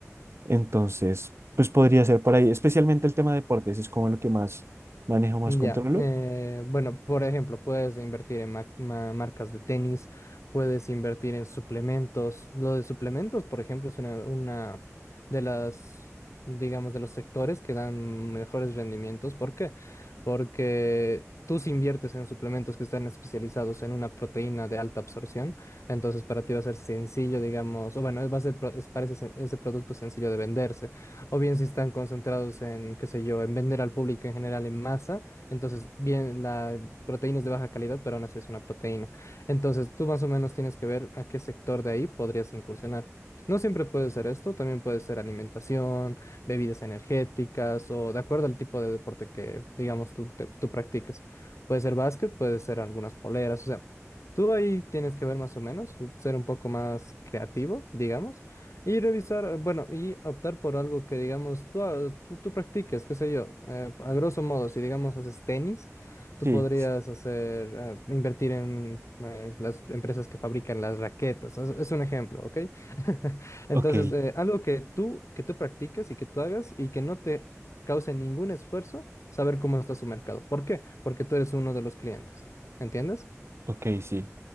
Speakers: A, on the right (about 55°); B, on the left (about 65°).
A: entonces, pues podría ser por ahí, especialmente el tema de deportes, es como lo que más manejo, más
B: Ya,
A: controlo.
B: eh, bueno, por ejemplo, puedes invertir en ma- ma- marcas de tenis, puedes invertir en suplementos. Lo de suplementos, por ejemplo, es una, una de las, digamos, de los sectores que dan mejores rendimientos. ¿Por qué? Porque tú si inviertes en suplementos que están especializados en una proteína de alta absorción, entonces para ti va a ser sencillo, digamos, o bueno, va a ser, pro- es- parece sen- ese producto sencillo de venderse. O bien si están concentrados en, qué sé yo, en vender al público en general en masa. Entonces, bien, la proteína es de baja calidad, pero aún así es una proteína. Entonces, tú más o menos tienes que ver a qué sector de ahí podrías incursionar. No siempre puede ser esto, también puede ser alimentación, bebidas energéticas o de acuerdo al tipo de deporte que, digamos, tú, te- tú practiques. Puede ser básquet, puede ser algunas poleras, o sea, tú ahí tienes que ver más o menos, ser un poco más creativo, digamos y revisar, eh, bueno, y optar por algo que, digamos, tú, ha- tú, tú practiques, qué sé yo. eh, a grosso modo, si, digamos, haces tenis, tú
A: Sí,
B: podrías hacer, eh, invertir en eh, las empresas que fabrican las raquetas. Es, es un ejemplo, ¿ok? <laughs> Entonces,
A: ok,
B: eh, algo que tú, que tú practiques y que tú hagas y que no te cause ningún esfuerzo, saber cómo está su mercado. ¿Por qué? Porque tú eres uno de los clientes. ¿Entiendes?
A: ok, sí.